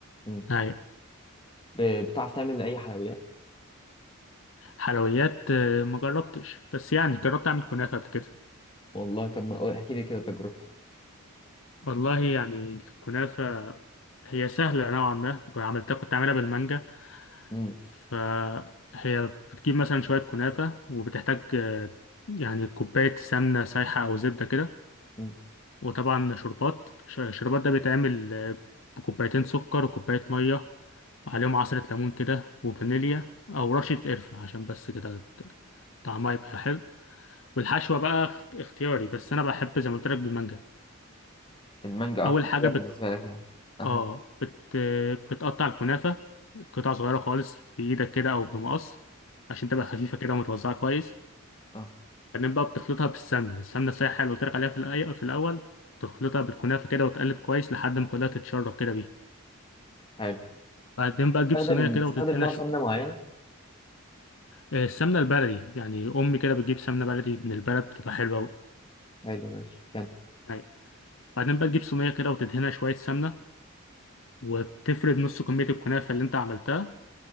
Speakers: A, on the left; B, on the left.
A: م.
B: اي
A: ب- بتعرف تعمل أي حلويات
B: حلويات آه، ما جربتش بس يعني جربت اعمل كنافه قبل كده
A: والله طب ما قول- احكي لي كده تجربتك
B: والله يعني الكنافه هي سهله نوعا ما كنت عملتها كنت عاملها بالمانجا
A: م.
B: فهي بتجيب مثلا شويه كنافه وبتحتاج آه، يعني كوبايه سمنه سايحه او زبده كده
A: م.
B: وطبعا شربات ش- شربات ده بيتعمل آه، بكوبايتين سكر وكوباية مية عليهم عصرة ليمون كده وفانيليا أو رشة قرفة عشان بس كده ت- طعمها يبقى حلو والحشوة بقى اخت- اختياري بس أنا بحب زي ما قلت لك بالمانجا
A: المانجا
B: أول
A: أكتر
B: حاجة
A: حاجة
B: بت...
A: بالنسبة لك يعني أحلى
B: آه
A: حاجة.
B: بت... آه، بتقطع الكنافة قطع صغيرة خالص بإيدك كده أو بمقص عشان تبقى خفيفة كده ومتوزعة كويس
A: أه
B: بعدين بقى بتخلطها بالسمنة السمنة السايحة اللي قلت لك عليها في الأي- في الأول تخلطها بالكنافة كده وتقلب كويس لحد ما كلها تتشرب كده بيها
A: حلو
B: بعدين بقى تجيب
A: بتستخدم
B: صينية كده
A: بتستخدم
B: وتدهنها
A: نوع
B: شو...
A: سمنة معينة
B: آه، السمنة البلدي يعني أمي كده بتجيب سمنة بلدي من البلد بتبقى حلوة أوي
A: حلو ماشي كمل
B: أيوة. بعدين بقى تجيب صينية كده وتدهنها شوية سمنة وتفرد نص كمية الكنافة اللي أنت عملتها